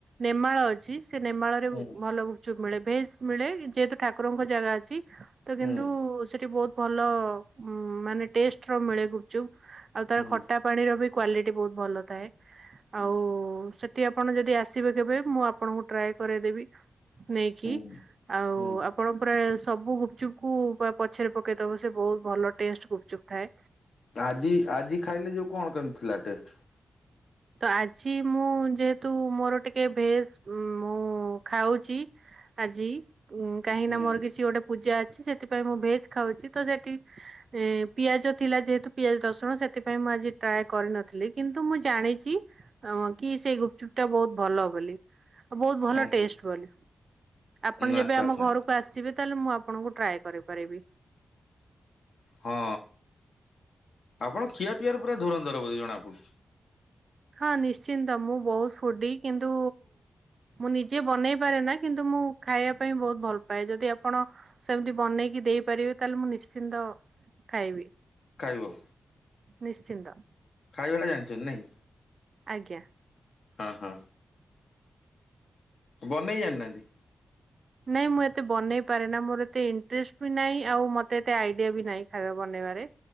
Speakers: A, on the right; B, on the left.
A: ନେମାଳ ଅଛି। ସେ ନେମାଳରେ
B: ହୁଁ
A: ଭଲ ଗୁପଚୁପ ମିଳେ। ଭେେଶ ମିଳେ ଯେହେତୁ ଠାକୁରଙ୍କ ଜାଗା ଅଛି ତ
B: ହୁଁ
A: କିନ୍ତୁ ସେଠି ବହୁତ ଭଲ ମାନେ ଟେଷ୍ଟର ମିଳେ କରୁଛୁ ଆଉ ତାର
B: ହୁଁ
A: ଖଟା ପାଣିର ବି କ୍ୱଵାଲିଟି ବହୁତ ଭଲ ଥାଏ
B: ହୁଁ
A: ଆଉ ସେ ଆପଣ ଯଦି ଆସିବେ କେବେ ମୁଁ ଆପଣଙ୍କୁ ଟ୍ରାଏ କରାଇଦେବି। ନେଇକି
B: ହୁଁ
A: ଆଉ
B: ହୁଁ
A: ଆପଣ ପୁର ସବୁ ଗୁପଚୁପ କୁ ପଛରେ ପକେଇଦବ ସେ ବହୁତ ଭଲ ଟେଷ୍ଟ ଗୁପଚୁପ୍ ଥାଏ
B: ଆଜି ଆଜି ଖାଇଲେ ଯୋଉ କଣ କରିଥିଲା ଟେଷ୍ଟ
A: ତ ଆଜି ମୁଁ ଯେହେତୁ ମୋର ଟିକେ ଭେଜ ମୁଁ ଖାଉଛି ଆଜି ଉ କାହିଁକି
B: ହୁଁ
A: ନା ମୋର କିଛି ଗୋଟେ ପୂଜା ଅଛି ସେଥିପାଇଁ ମୁଁ ଭେଜ ଖାଉଛି ତ ସେଠି ପିଆଜ ଥିଲା ଯେହେତୁ ପିଆଜ ରସୁଣ ସେଥିପାଇଁ ମୁଁ ଆଜି ଟ୍ରାଏ କରିନଥିଲି କିନ୍ତୁ ମୁଁ ଜାଣିଛି କି ସେଇ ଗୁପଚୁପ ଟା ବହୁତ ଭଲ ବୋଲି ଆ ବହୁତ ଭଲ
B: ଓହୋ
A: ଟେଷ୍ଟ ବୋଲି ଆପଣ ଯେବେ
B: ଆଚ୍ଛା
A: ଆମ
B: ଆଚ୍ଛା
A: ଘରକୁ ଆସିବେ ତାହେଲେ ମୁଁ ଆପଣଙ୍କୁ ଟ୍ରାଏ କରିପାରିବି
B: ହଁ ଆପଣ ଖିଆ ପିଇବାର ପୁରା ଧରଧର ବୋ ଜଣା ପଡ଼ୁ
A: ହଁ ନିଶ୍ଚିନ୍ତ ମୁଁ ବହୁତ ଫୁଡି କିନ୍ତୁ ମୁଁ ନିଜେ ବନେଇ ପାରେ ନା କିନ୍ତୁ ମୁଁ ଖାଇବା ପାଇଁ ବହୁତ ଭଲ ପାଏ ଯଦି ଆପଣ ସେମିତି ବନେଇକି ଦେଇପାରିବେ ତାହେଲେ ମୁଁ ନିଶ୍ଚିନ୍ତ ଖାଇବି
B: ଖାଇବ
A: ନିଶ୍ଚିନ୍ତ
B: କ ଭଳି ଜାଣିଛନ୍ତି ନାଇଁ
A: ଆଜ୍ଞା
B: ହଁ ହଁ ବହଣ ଏନାନ୍ତି
A: ନାଇଁ ମୁଁ ଏତେ ବନେଇ ପାରେ ନା ମୋର ଏତେ ଇଣ୍ଟରେଷ୍ଟ ବି ନାହିଁ ଆଉ ମତେ ଏତେ ଆଇଡିଆ ବି ନାହିଁ ଖାଇବା ବନେଇବାରେ